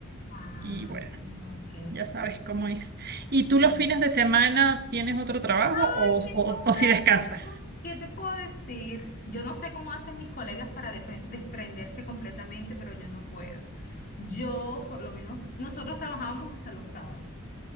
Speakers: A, on the left; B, on the right.
A: Ah,
B: Y bueno,
A: ok.
B: ya sabes cómo es. ¿Y
A: Sí.
B: tú los fines de semana tienes otro trabajo
A: Ay,
B: o,
A: tengo
B: o,
A: un
B: o si descansas?
A: problema. ¿Qué te puedo decir? Yo no sé cómo hacen mis colegas para depre- desprenderse completamente, pero yo no puedo. Yo, por lo menos, nosotros trabajamos hasta los sábados.